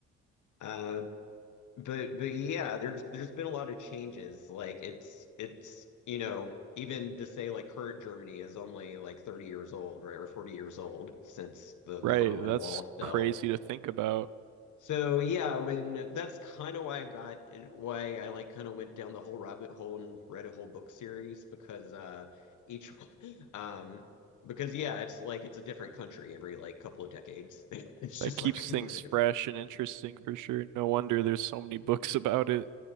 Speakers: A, on the left (about 75°); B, on the right (about 90°).
A: Uh, but But yeah, there's there's been a lot of changes. Like it's it's you know even to say like current Germany is only like 30 years old, right, or 40 years old since the
B: Right,
A: the Berlin
B: that's
A: Wall fell.
B: crazy to think about.
A: So yeah, when that's kind of why I got and why I like kind of went down the whole rabbit hole and read a whole book series because uh each <laughs> um because yeah, it's like it's a different country every like couple of decades. <laughs> It's
B: That
A: just
B: keeps
A: like completely
B: things fresh
A: different.
B: and interesting for sure. No wonder there's so many books <laughs> about it.